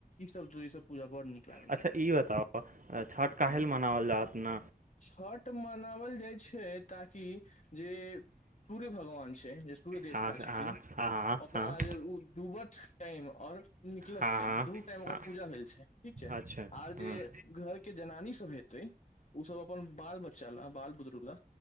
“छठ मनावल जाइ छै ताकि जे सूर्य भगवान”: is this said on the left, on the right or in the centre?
Left